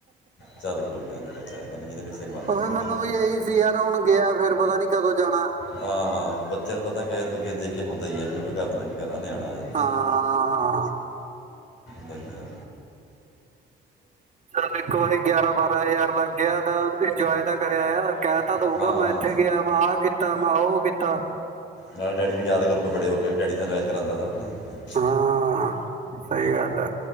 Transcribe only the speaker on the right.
ਉਹ ਫਿਰ
ਮੈਨੂੰ
ਵੀ ਇਹੀ ਸੀ ਯਾਰ ਹੁਣ ਗਿਆ ਫੇਿਰ ਪਤਾ ਨੀ ਕਦੋਂ ਜਾਣਾ
ਹਾਂ
ਚਾਨੂੰ ਇੱਕ ਵਾਰੀ ਗਿਆਰਾਂ ਬਾਰਾਂ ਹਜ਼ਾਰ ਲੱਗ ਗਿਆ ਤਾਂ ਉਹਦੇ ਇੰਜੋਏ ਤਾਂ ਕਰ ਆਇਆ। ਕਹਿ ਤਾ ਦਊਗਾ
ਮੈਂ ਇੱਥੇ ਗਿਆ ਵੈਂ ਆਹ ਕੀਤਾ। ਮੈਂ ਉਹ ਕੀਤਾ।
ਹਾਂ ਸਹੀ ਗੱਲ ਹੈ।